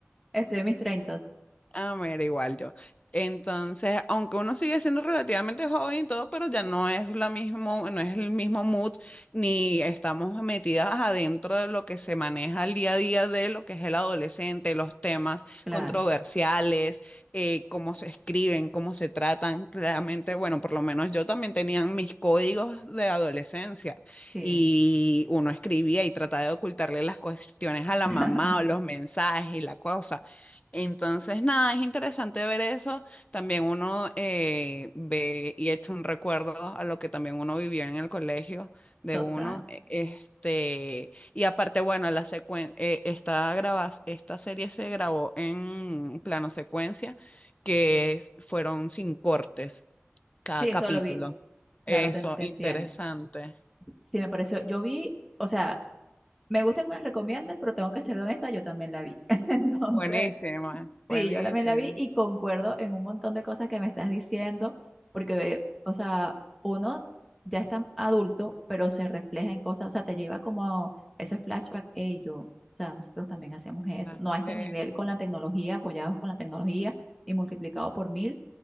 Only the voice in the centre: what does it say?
Estoy en mis treintas,
claro,
sí,
<laughs>
total.
Sí, eso
lo vi, claro,
te, te
entiendo. Sí, me pareció, yo vi, o sea, me gusta que me las recomiendes, pero tengo que ser honesta, yo también la vi. <laughs> Entonces...
Sí, yo también la vi y concuerdo en un montón de cosas que me estás diciendo, porque, o sea, uno ya está adulto, pero se refleja en cosas, o sea, te lleva como ese flashback, hey, yo, o sea, nosotros también hacíamos eso,
no a este
nivel con la tecnología, apoyados con la tecnología y multiplicado por mil,